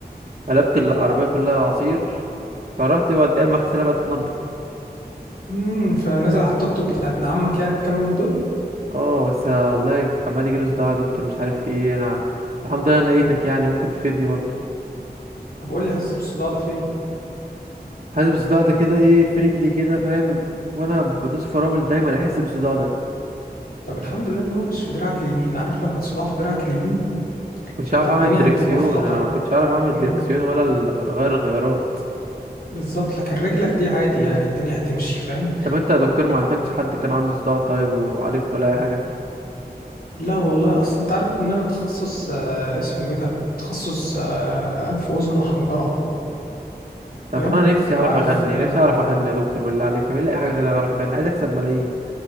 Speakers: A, on the right; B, on the left.
A: قلبت العربيه كلها عصير فرحت بوديها المغسله بقى تنضف
B: امم فنزل على التوك توك بتاع ابن عمك يعني الكام يوم دول
A: اه بس والله عمال يجيله صداع يا دكتور مش عارف في ايه انا الحمد لله انا لقيتك يعني ممكن تفيدني برضو
B: طب قول لي حاسس بالصداع ده فين
A: حاسس بالصداع ده كده ايه في رجلي كده فاهم وانا بدوس فرامل دايما احس بالصداع ده
B: طب الحمد لله ان هو مش في دراعك اليمين عارف لو كان صداع في دراعك اليمين
A: كنتش
B: كانت
A: عارف
B: الدنيا
A: اعمل الدركسيون
B: هتبقى في خطر
A: انا ما كنتش عارف اعمل
B: امم
A: الدركسيون ولا ال- غير الغيارات
B: بالظبط لكن رجلك دي عادي يعني الدنيا هتمشي فاهم
A: طب انت يا دكتور ما عندكش حد كان عنده صداع طيب وعالجت ولا اي حاجه
B: لا والله اصل انت عارف ان انا تخصص آه اسمه ايه ده تخصص آه انف واذن وحنجره
A: طب
B: فاهم
A: انا نفسي
B: لو
A: اعرف
B: عارف
A: اغني
B: آه،
A: نفسي اعرف اغني يا دكتور بالله عليك اعمل لي اي حاجه غير اعرف اغني عايز اكسب ملايين